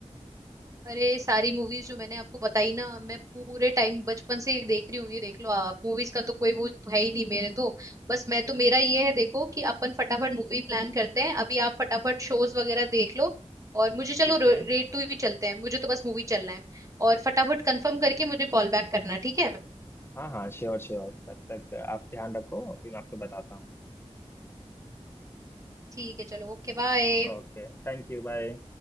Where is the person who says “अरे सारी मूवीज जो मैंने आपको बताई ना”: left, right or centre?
Right